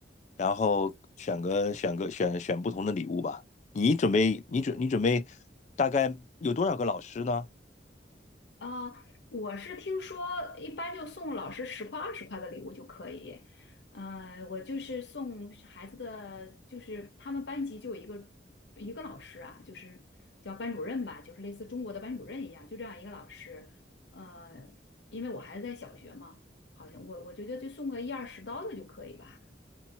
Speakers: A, on the left; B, on the left.
A: 然后选个选个选选不同的礼物吧。你准备，你准你准备大概有多少个老师呢？
B: 啊，我是听说一般就送老师十块二十块的礼物就可以。呃，我就是送孩子的，就是他们班级就有一个一个老师啊，就是叫班主任吧，就是类似中国的班主任一样，就这样一个老师。呃，因为我孩子在小学嘛，好像我我觉得就送个一二十刀的就可以吧。